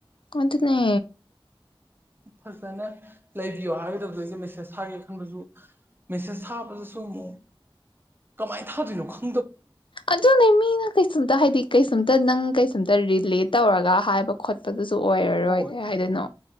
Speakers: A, on the left; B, on the right.
A: ꯀꯣꯟꯗꯨꯅꯦ
B: ꯐꯖꯅ ꯂꯩꯕꯤꯌꯣ ꯍꯥꯏꯒꯗꯕꯖꯨ ꯃꯦꯁꯦꯁ ꯊꯥꯒꯦ ꯈꯟꯕꯖꯨ ꯃꯦꯁꯦꯁ ꯊꯥꯕꯗꯨꯁꯨ ꯑꯃꯨꯛ ꯀꯃꯥꯏꯅ ꯊꯥꯗꯣꯏꯅꯣ ꯈꯪ
A: ꯑꯗꯨꯅꯦ ꯃꯤꯅ ꯀꯩꯁꯨꯝꯇ ꯍꯥꯏꯗꯤ ꯀꯩꯁꯨꯝꯇ ꯅꯪ ꯀꯩꯁꯨꯝꯇ ꯔꯤꯂꯦꯠ ꯇꯧꯔꯒ ꯍꯥꯏꯕ ꯈꯣꯠꯄꯗꯨꯁꯨ ꯑꯗꯨ ꯑꯣꯏꯔꯔꯣꯏ
B: ꯍꯣꯏ
A: ꯀꯩ ꯍꯥꯏꯗꯣꯏꯅꯣ